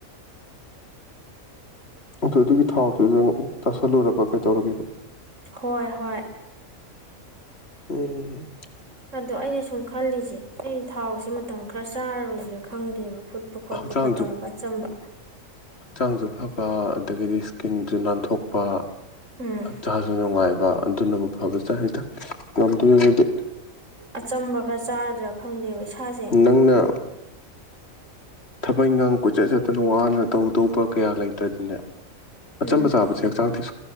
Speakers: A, on the left (about 50°); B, on the right (about 65°).
A: ꯑꯗ ꯑꯗꯨꯒꯤ ꯊꯥꯎꯗꯨꯗ ꯆꯥꯁꯜꯂꯨꯔꯕ ꯀꯩꯗꯧꯔꯒꯦꯕꯥ
B: ꯍꯣꯏ ꯍꯣꯏ
A: ꯎꯝ
B: ꯑꯗꯣ ꯑꯩꯅ ꯁꯨꯝ ꯈꯜꯂꯤꯁꯦ ꯑꯩ ꯊꯥꯎꯁꯦ ꯃꯇꯝ ꯈꯔ ꯆꯥꯔꯔꯣꯏꯁꯤꯔꯥ ꯈꯪꯗꯦꯕ ꯐꯨꯠ ꯐꯨꯠꯄ ꯈꯣꯠꯄ
A: ꯍꯛꯆꯥꯡꯁꯨ
B: ꯈꯔꯥ ꯇꯧꯔꯒ ꯑꯆꯝꯕ
A: ꯍꯛꯆꯥꯡꯁꯨ ꯐꯕ ꯑꯗꯒꯤꯗꯤ ꯏꯁ꯭ꯀꯤꯟꯁꯨ ꯅꯥꯟꯊꯣꯛꯄ꯫
B: ꯎꯝ꯫
A: ꯏꯁꯥꯁꯨ ꯅꯨꯡꯉꯥꯏꯕ ꯑꯗꯨꯅꯕꯨ ꯐꯕꯖꯥꯅꯤꯗ ꯉꯝꯗꯣꯏꯗꯤ꯫
B: ꯑꯆꯝꯕ ꯈꯔ ꯆꯥꯔꯗꯔ꯫ ꯈꯪꯗꯦꯕ ꯏꯁꯥꯁꯦ
A: ꯅꯪꯅ ꯊꯕꯛ ꯏꯪꯈꯥꯡ ꯀꯣꯏꯆꯠ ꯆꯠꯇꯅ ꯋꯥꯅ ꯇꯧꯗꯧꯕ ꯀꯌꯥ ꯂꯩꯇ꯭ꯔꯗꯤꯅꯦ
B: ꯎꯝ
A: ꯑꯆꯝꯕ ꯆꯥꯕꯁꯦ ꯍꯛꯆꯥꯡꯗꯤ